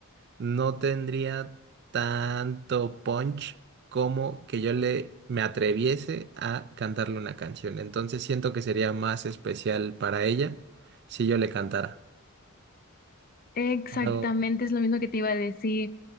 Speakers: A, on the right; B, on the left.
A: no tendría tanto punch como que yo le me atreviese a cantarle una canción. Entonces, siento que sería más especial para ella si yo le cantara.
B: Exactamente,
A: Pero
B: es lo mismo que te iba a decir.